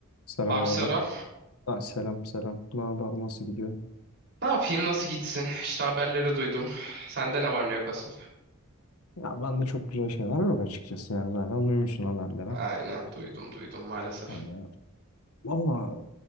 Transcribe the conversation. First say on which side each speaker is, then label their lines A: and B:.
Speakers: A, on the left; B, on the right.
A: Selam
B: Abi
A: abi.
B: selam.
A: Ha, selam selam. Ne haber nasıl gidiyor?
B: Ne yapayım? Nasıl gitsin? İşte haberleri duydum. Sende ne var ne yok asıl?
A: Ya ben de çok güzel şeyler yok açıkçası yani zaten duymuşsun haberlere.
B: Aynen duydum duydum maalesef.
A: Hani valla